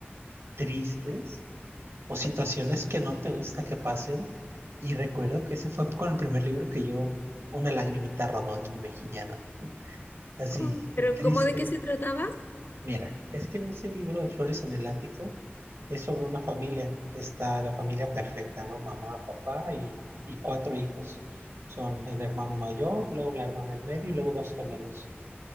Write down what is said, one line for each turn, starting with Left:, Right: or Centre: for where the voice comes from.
Right: tristes o situaciones que no te gusta que pasen. Y recuerdo que ese fue con el primer libro que yo, una lagrimita rodó en mi mejillana, así
Left: Com- Pero
Right: triste.
Left: ¿cómo de qué se trataba?
Right: Mira, es que en ese libro de Flores en el Ático es sobre una familia, está la familia perfecta, ¿no? Mamá, papá y, y cuatro hijos. Son el hermano mayor, luego la hermana del medio y luego dos gemelos,